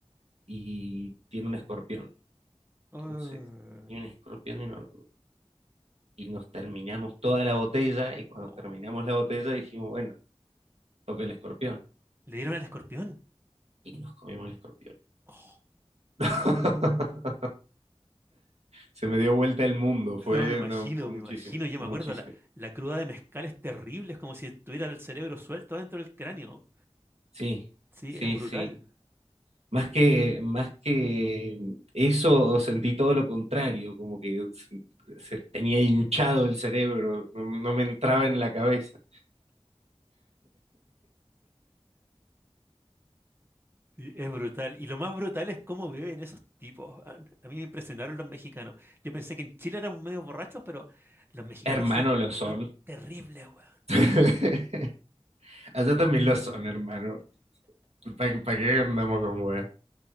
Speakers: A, on the right; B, on the right.
A: y tiene un escorpión.
B: Ah.
A: Entonces, tiene un escorpión y, no- y nos terminamos toda la botella y cuando
B: Oh.
A: terminamos la botella dijimos, bueno, toca el escorpión.
B: Le dieron al escorpión.
A: Y nos comimos el escorpión.
B: Oh,
A: <laughs> Se me dio vuelta el mundo, fue,
B: No me imagino,
A: no, fue
B: me
A: muchísimo,
B: imagino. Yo
A: fue
B: me acuerdo,
A: muchísimo.
B: la, la cruda de mezcal es terrible. Es como si tuviera el cerebro suelto dentro del cráneo.
A: Sí,
B: Sí,
A: sí,
B: es brutal.
A: sí. Más que, más que eso, sentí todo lo contrario, como que se, se tenía hinchado el cerebro, no, no me entraba en la cabeza.
B: Sí, es brutal. Y lo más brutal es cómo beben esos tipos. weón. A mí me impresionaron los mexicanos. Yo pensé que en Chile éramos medio borrachos, pero los mexicanos
A: Hermano,
B: son,
A: lo son.
B: son terribles, weón.
A: <laughs> Allá también lo son, hermano. ¿Para qué andamos con weas?